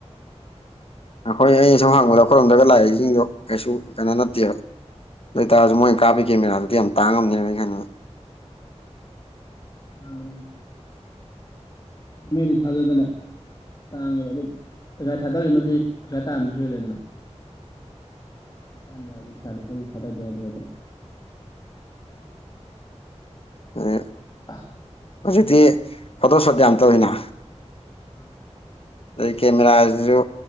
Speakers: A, on the left; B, on the left.
A: ꯑꯩꯈꯣꯏ ꯑꯩ ꯁꯨꯝ ꯍꯪꯕꯗ ꯑꯩꯈꯣꯏꯔꯝꯗꯒ ꯂꯥꯛꯏꯁꯤꯡꯗꯣ ꯀꯩꯁꯨ ꯀꯩꯅꯣ ꯅꯠꯇꯦꯕ ꯑꯗꯨ ꯑꯣꯏꯇꯥꯔꯁꯨ ꯃꯣꯏꯅ ꯀꯥꯞꯄ ꯀꯦꯃꯦꯔꯥꯗꯨꯗꯤ ꯌꯥꯝ ꯇꯥꯡꯉꯝꯅꯦꯕ ꯑꯩ ꯈꯥꯟꯗ
B: ꯑ ꯑꯅꯦꯅꯤ ꯃꯤꯅꯤ ꯊꯥꯖꯗꯅꯦ ꯇꯥꯡꯉꯦꯕ ꯑꯗꯨ ꯄꯩꯁꯥ ꯊꯥꯗꯛꯃꯗꯤ ꯄꯩꯁꯥ ꯇꯥꯡꯕꯁꯨ ꯍꯦꯜꯂꯦꯗꯅ ꯊ ꯍꯥꯏꯗꯤ ꯄꯩꯁꯥꯗꯤ ꯊ ꯈꯗꯗꯦ ꯑꯗꯨꯔ
A: ꯑꯗꯩ
B: ꯑ
A: ꯍꯧꯖꯤꯛꯇꯤ ꯐꯣꯇꯣꯁꯣꯠ ꯌꯥꯝ ꯇꯧꯋꯤꯅ
B: ꯑꯝ
A: ꯑꯗꯒꯤ ꯀꯦꯃꯦꯔꯥꯁꯨ